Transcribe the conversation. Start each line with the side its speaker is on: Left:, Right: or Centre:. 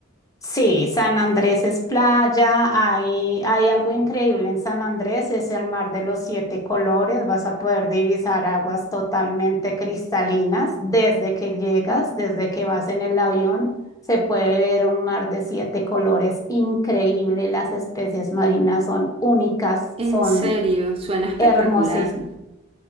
Left: Sí, San Andrés es playa, hay, hay algo increíble en San Andrés, es el mar de los siete colores, vas a poder divisar aguas totalmente cristalinas desde que llegas, desde que vas en el avión, se puede ver un mar de siete colores increíble, las especies marinas son únicas,
Right: En
Left: son
Right: serio, suena espectacular.
Left: Hermosísimo.